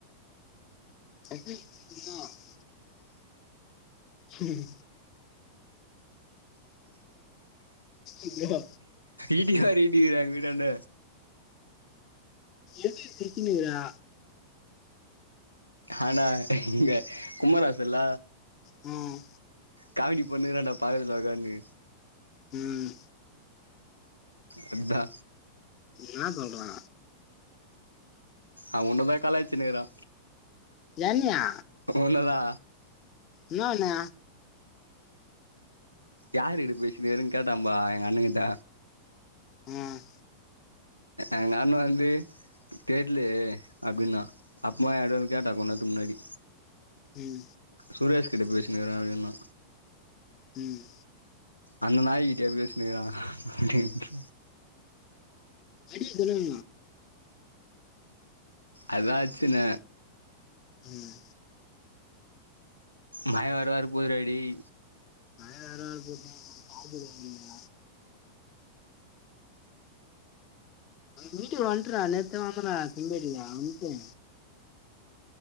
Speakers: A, on the left; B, on the left.
A: <unintelligible> ம் ஐயோ,
B: இடியார் இடிராங்க வீடாண்ட
A: எது சிக்கினீரா
B: ஆனா இங்க குமராசு இல்ல
A: ம்
B: காமடி பண்ணுக்கறாண்டா பாலத்துல ஒக்கானு
A: ம்
B: அதா
A: என்ன சொல்றா
B: அவ உன்னதா கலாய்ச்சுனுக்குரா
A: என்னயா
B: உண்ணதா
A: இன்னொன்னு
B: யார் கிட்ட பேசிட்டு இருக்கன்னு கேட்டாம்ப்பா எங்க அண்ண கிட்ட
A: ம்
B: எங்க அண்ண வந்து கேடல்லு அப்படின் தா அப்பமாட கேட்டா கொஞ்சன்னாத்துக்கு முன்னாடி
A: ம்
B: சுரேஷ் கிட்ட பேசு எதாது ஒண்ணுன்னா
A: ம்
B: அந்த நாய்கிட்ட எப்டிய சொன்னிக்கிறா அப்பட
A: அடியதுல்ல
B: அதாச்சுன
A: ம்
B: மழ வேற வர போது டா டேய்
A: மழ வேர போது டா சாக்கல்ல விட்டு ஒண்டரா நெத்த வாங்க செம்பேட்டியா வந்தே